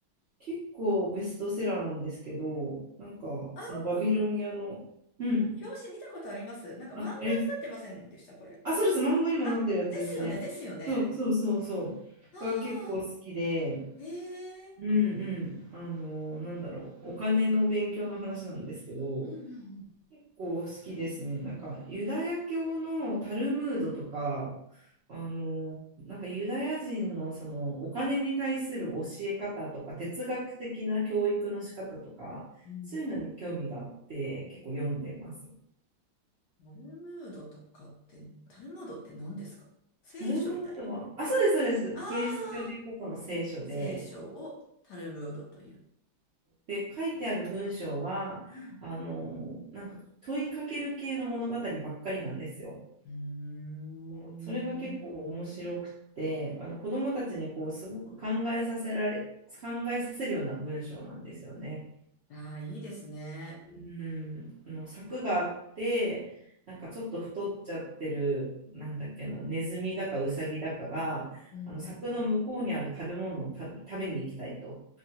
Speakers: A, on the right; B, on the left.
A: 結構ベストセラーなんですけど、なんか、
B: あ、
A: そのバビロニアの、うん、
B: この表紙見たことあります。なんか漫画になってませんでした、
A: あ、あります。
B: これ。
A: あ、そうです、漫画にもなってるやつですね。
B: あ、ですよね、ですよね。
A: そうそうそうそう。
B: あ
A: が結構好きで、
B: あ、ええ
A: うんうん、あの、なんだろう、お金の勉強の話なんですけど、
B: うんうん
A: 構好きですね。なんかユダヤ教のタルムードとか、あの、なんかユダヤ人のそのお金に対する教え方とか哲学的な教育の仕方とか、
B: うん。うん
A: そういうのに興味があって結構読んでます。
B: タルムードとかって、タルムードって何ですか聖書みたいな。
A: タルムードは、あ、そうです、そうです。
B: あ
A: キリスト教ということの聖書で、
B: あ、聖書をタルムードという。
A: で、書いてある文章は、
B: うん。
A: あの、なんか問いかける系の物語ばっかりなんですよ。
B: うーん。
A: こうそれが結構面白くて、あの子どもたちにこうすごく考えさせられ、考えさせるような文章なんですよね。
B: ああ、いいですね。
A: うん、あの柵があって、なんかちょっと太っちゃってる、なんだっけな、ネズミだかウサギだかが、
B: うんうんうん
A: あの柵の向こうにある食べ物を食べ、食べに行きたいと。